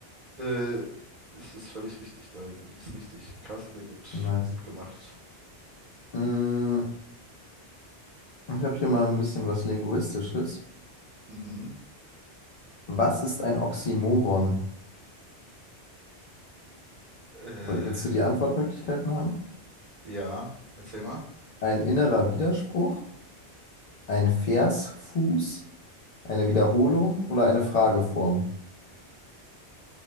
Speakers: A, on the right; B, on the left.
A: Äh, es ist völlig richtig, Dari, du liegst richtig. Krass, sehr gut,
B: Nice.
A: gut gemacht.
B: Mm, ich habe hier mal ein bisschen was Linguistisches.
A: Mhm.
B: Was ist ein Oxymoron?
A: Äh,
B: Willst du die Antwortmöglichkeiten haben?
A: ja, erzähl mal.
B: Ein innerer Widerspruch, ein Versfuß, eine Wiederholung oder eine Frageform?